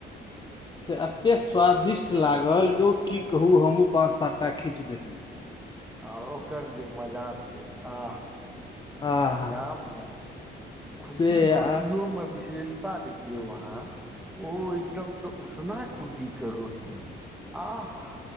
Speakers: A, on the left; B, in the centre.
A: से एतेक स्वादिष्ट लागल जे की कहू हमहूँ पाँच सात टा खींच देलियै
B: आर ओकर जे मजा छै आ
A: आहा
B: गाममे खुद्दी
A: से
B: रोटियोमे
A: आ
B: विशेषता देखियौ अहाँ ओ एकदमसँ उसना खुद्दी क रोटी आह